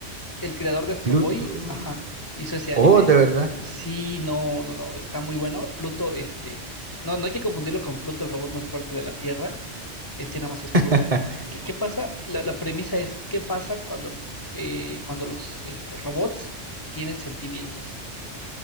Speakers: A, on the left; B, on the right.
A: el creador de Astro
B: Pluto.
A: Boy, ajá, hizo ese
B: Oh,
A: anime.
B: de verdad.
A: Sí, no, no, no, está muy bueno. Pluto, este, no, no hay que confundirlo con Pluto, el robot más fuerte de la Tierra. Este nada más es Pluto.
B: <laughs>
A: ¿Qué, qué pasa? La, la premisa es, ¿qué pasa cuando, eh, cuando los este, robots tienen sentimientos?